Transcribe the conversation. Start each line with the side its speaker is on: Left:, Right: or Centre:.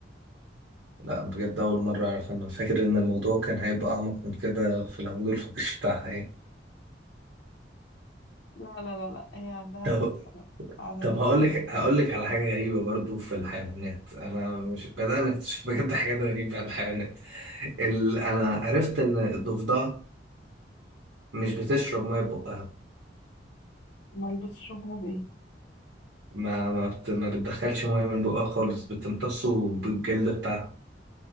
Right: لا بجد اول مره اعرف انا فاكر ان الموضوع كان هيبقى اعمق من كده في العمود الفقري <laughs> بتاعها يعني
Left: لا لا لا لا هي عندها
Right: طب
Left: نفس عدد عدد الفقرات
Right: طب هقول لك هقول لك على حاجه غريبه برضه في الحيوانات انا مش بدأنا نكتشف بجد حاجات غريبه عن الحيوانات ال... انا عرفت ان الضفدع مش بتشرب ميه بقها
Left: امال بتشربها بايه
Right: ما ما, بت... ما بتدخلش ميه من بقها خالص بتمتصه بالجلد بتاعها